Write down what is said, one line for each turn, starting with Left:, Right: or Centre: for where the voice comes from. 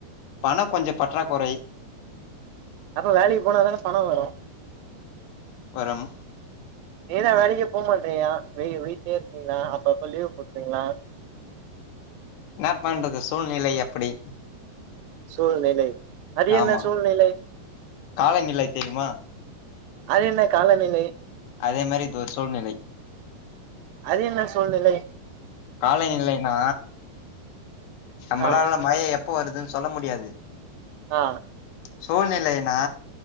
Left: பணம் கொஞ்சம் பற்றாக்குறை
Right: அப்போ வேலைக்கு போனாதானே பணம் வரும்
Left: வரம்
Right: நீ தா வேலைக்கே இது போக மாட்டறியா வெய வீட்லய இருக்கீங்களா அப்பப்ப லீவ் போட்டுறீங்களா
Left: என் பண்றது சூழ்நிலை எப்படி
Right: சூழ்நிலை அது என்ன
Left: ஆமா
Right: சூழ்நிலை
Left: காலநிலை தெரியுமா
Right: அது என்ன கால நிலை
Left: அதே மாரி இது ஒரு சூழ்நிலை
Right: அது என்ன சூழ்நிலை
Left: காலநிலையினா நம்மல்லாம்
Right: ஆ
Left: ஒரு மயையம் எப்ப வருதுன்னு சொல்ல முடியாது
Right: ஆ
Left: சூழ்நிலையினா